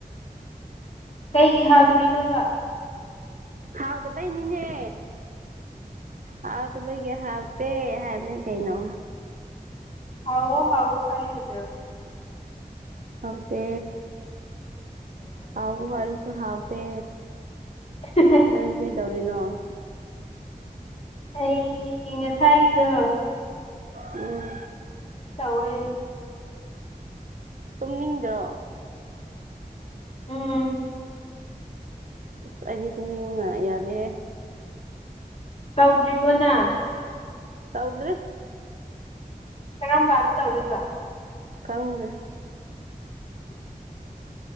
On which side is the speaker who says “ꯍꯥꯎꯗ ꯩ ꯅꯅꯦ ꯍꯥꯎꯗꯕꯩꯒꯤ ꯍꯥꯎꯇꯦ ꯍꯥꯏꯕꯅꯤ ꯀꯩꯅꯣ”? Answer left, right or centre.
Right